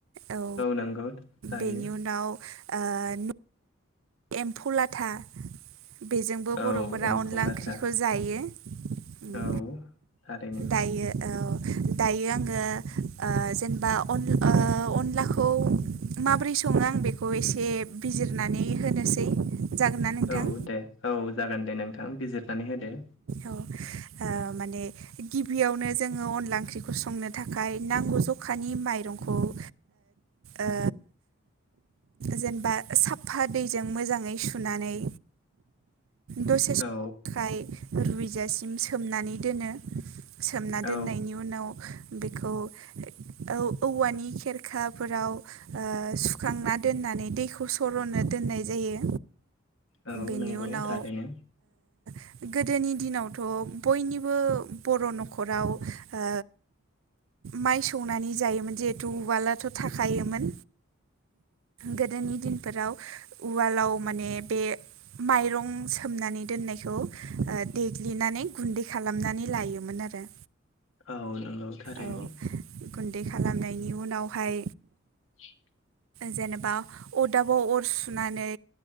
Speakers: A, on the right; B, on the left.
A: औ
B: नंगौ जायो
A: बेनि उनाव ओ न एम्फौ लाथा बेजोंबो बर'फोरा
B: औ एम्फौ
A: अनला
B: लाथा
A: ओंख्रिखौ जायो। उम
B: औ थारैनो
A: दायो। औ दायो आंङो ओ जेनेबा अन ओ अनलाखौ माबोरै संङो आं बेखौ एसे बिजिरनानै होनोसै। जागोन ना नोंथां
B: औ दे औ जागोन दे नोंथां बिजिरनानै होदो।
A: औ ओ माने गिबियावनो जोंङो अनला ओंख्रिखौ संनो थाखाय नांगौ जखानि माइरंखौ ओ ओ जेनेबा साफा दैजों मोजांङै सुनानै दसे सम
B: औ
A: खाय रुजासिम सोमनानै दोनो। सोमना
B: औ
A: दोननायनि उनाव बेखौ औ औवानि खेरखाफोराव ओ सुखांना दोननानै दैखौ सर'नो दोननाय जायो।
B: औ
A: बेनि
B: नंगौ
A: उनाव
B: थारैनो
A: ओ गोदोनि दिनावथ' बयनिबो बर' न'खराव ओ माइ सौनानै जायोमोन जिहेथु उवलाथ' थाखायोमोन। गोदोनि दिनफोराव उवालाव माने बे माइरं सोमनानै दोननायखौ ओ देग्लिनानै गुन्दै खालामनानै लायोमोन आरो।
B: औ नंगौ थारैनो।
A: औ गुन्दै खालामनायनि उनावहाय
B: <inaudible>
A: जेनेबा अदाबाव अर सुनानै